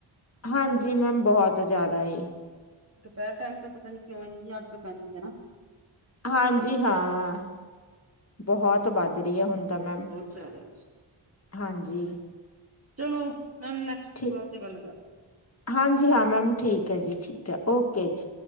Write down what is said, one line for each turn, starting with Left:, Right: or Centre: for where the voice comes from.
Left: ਹਾਂਜੀ ਮੈਮ ਬਹੁਤ ਜ਼ਿਆਦਾ ਏ।
Right: ਦੁਪਹਿਰ ਟਾਈਮ ਤਾਂ ਪਤਾ ਨੀ ਕਿਉਂ ਇੰਨੀ ਅੱਗ ਪੈਂਦੀ ਐ ਨਾ।
Left: ਹਾਂਜੀ ਹਾਂ, ਬਹੁਤ। ਤੋਂ ਵੱਧ ਰੀ ਐ ਹੁਣ ਤਾਂ ਮੈਮ
Right: ਬਹੁਤ ਜ਼ਿਆਦਾ
Left: ਹਾਂਜੀ।
Right: ਚਲੋ, ਮੈਮ ਨੈਕਸਟ
Left: ਠੀ,
Right: ਕਾਲ ਤੇ ਗੱਲ ਕਰਦੇ
Left: ਹਾਂਜੀ ਹਾਂ ਮੈਮ ਠੀਕ ਐ ਜੀ ਠੀਕ ਐ ਓਕੇ ਜੀ।